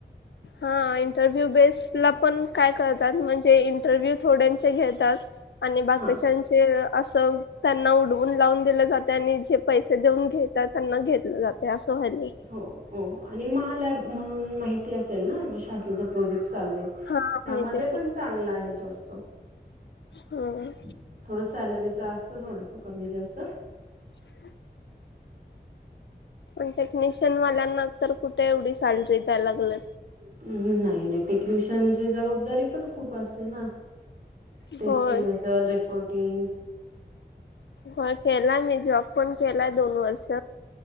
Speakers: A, on the left (about 85°); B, on the right (about 50°).
A: हा इंटरव्ह्यू बेस् ला पण काय करतात, म्हणजे इंटरव्ह्यू थोड्यांचे घेतात. आणि बाकीच्याचे
B: हा
A: असं त्यांना उडवून लावून दिलं जाते आणि जे पैसे देऊन घेतात त्यांना घेतलं जाते असं व्हालं
B: हो हो हो आणि महालॅ म्हणून माहिती असेल ना जे शासनाचा प्रोजेक्ट चालू आहे.
A: हा
B: त्यामध्ये
A: माहिती की
B: पण चांगला आहे जॉबच.
A: हा
B: <inaudible> थोडं सॅलरीच असतं थोडस कमी जास्त
A: <unintelligible> पण टेक्निशियन वाल्यांना तर कुठे एवढी सॅलरी द्याय लागल.
B: हम् नाही नाही टेक्निशियनची जबाबदारी पण खूप असते ना. टेस्टिंग
A: होय.
B: असेल रिपोर्टिंग
A: हो केलाय मी जॉब पण केलाय दोन वर्ष